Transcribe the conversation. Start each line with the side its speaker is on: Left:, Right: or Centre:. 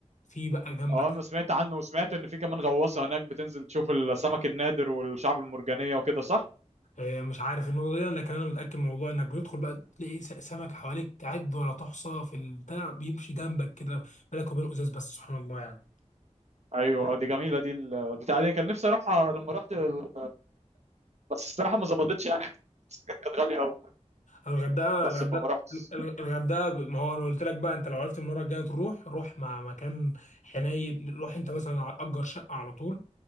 Left: في بقى جنبك
Right: اه انا سمعت عنه وسمعت ان في كمان غواصه هناك بتنزل تشوف السمك النادر والشعب المرجانيه وكده صح
Left: آه، مش عارف النقطه دي لكن انا متاكد من الموضوع انك بتدخل بقى تلاقي س- سمك حواليك تعد ولا تحصى في البتاع بيمشي جنبك كده بالك وبين ازاز بس سبحان الله يعني
Right: ايوه آه، دي جميله دي ال- بتاع دي كان نفسي اروحها لما رحت ال- بس الصراحه ما ظبطتش يعني <laughs> كانت غاليه قوي
Left: الغردقه
Right: بس
Left: الغردقه
Right: فما رحتش
Left: الغردقه ب- ما هو انا قلت لك بقى انت لو عرفت المره الجايه تروح روح مع مكان حنين روح انت مثلا اجر شقه على طول